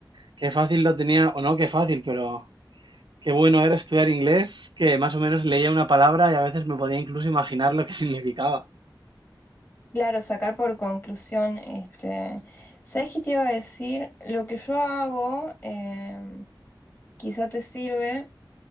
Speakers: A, on the right (about 70°); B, on the left (about 25°).
A: qué fácil lo tenía, o no, qué fácil, pero qué bueno era estudiar inglés, que más o menos leía una palabra y a veces me podía incluso imaginar lo que <laughs> significaba.
B: Claro, sacar por conclusión, este, ¿sabes qué te iba a decir? Lo que yo hago, em, quizá te sirve.